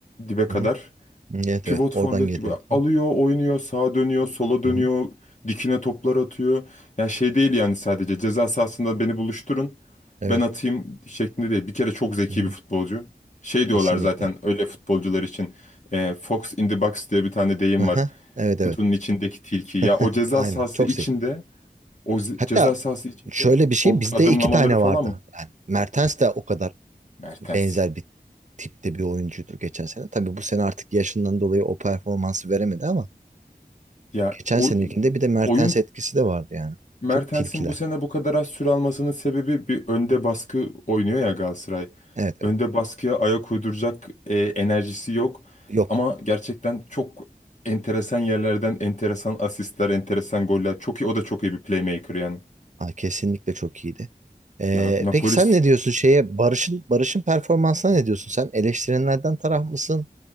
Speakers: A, on the left; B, on the right.
A: dibe kadar.
B: Hı hı. Evet
A: Pivot
B: evet. Oradan
A: forvet
B: geliyordu.
A: gibi
B: Ha.
A: alıyor, oynuyor, sağa dönüyor, sola dönüyor,
B: Hı hı.
A: dikine toplar atıyor. Yani şey değil yani sadece ceza sahasında beni buluşturun,
B: Evet.
A: ben atayım şeklinde değil. Bir kere çok zeki
B: Hı hı.
A: bir futbolcu. Şey
B: Kesinlikle.
A: diyorlar zaten öyle futbolcular için. e, Fox in the box diye bir tane deyim
B: Hı hı.
A: var.
B: Evet evet.
A: Kutunun içindeki tilki. Ya
B: <laughs>
A: o ceza
B: Aynen.
A: sahası
B: Çok
A: içinde,
B: zeki.
A: o ze-
B: Hatta
A: ceza sahası içinde
B: şöyle bir şey
A: o
B: bizde
A: adımlamaları
B: iki tane
A: falan
B: vardı. Yani Mertens de o kadar
A: Mertens.
B: benzer bir tipte bir oyuncuydu geçen sene. Tabii bu sene artık yaşından dolayı o performansı veremedi ama
A: Ya
B: geçen
A: o
B: senekinde bir de Mertens
A: oyun
B: etkisi de vardı yani.
A: Mertens'in
B: Çok tilkiler.
A: bu sene bu kadar az süre almasının sebebi bir önde baskı oynuyor ya Galatasaray.
B: Evet evet.
A: Önde baskıya ayak uyduracak e, enerjisi yok.
B: Yok.
A: Ama gerçekten çok enteresan yerlerden enteresan asistler, enteresan goller. Çok iyi, o da çok iyi bir playmaker yani.
B: Aa, kesinlikle çok iyiydi. Ee,
A: Ya Napoli
B: peki sen ne diyorsun şeye Barış'ın Barış'ın performansına ne diyorsun? Sen eleştirenlerden taraf mısın?